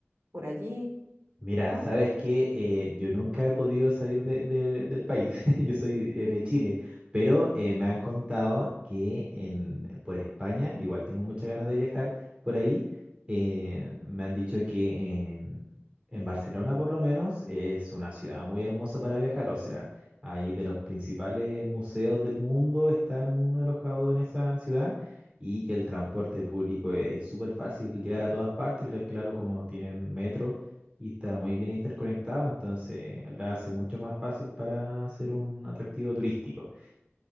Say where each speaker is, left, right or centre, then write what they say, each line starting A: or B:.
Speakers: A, on the right; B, on the right.
A: por allí?
B: Mira,
A: ¿No?
B: sabes que yo nunca he podido salir de- de- del país, <laughs> yo soy eh,
A: Sí.
B: de Chile, pero eh, me han contado que en, por España, yo igual tengo muchas ganas de viajar por ahí, eh, me han dicho que en, en Barcelona por lo menos es una ciudad muy hermosa para viajar, o sea, ahí de los principales museos del mundo están alojados en esa ciudad y que el transporte público e, es súper fácil llegar a todas partes, cl- claro, como tienen metro y está muy bien interconectado, entonces la hace mucho más fácil para hacer un atractivo turístico.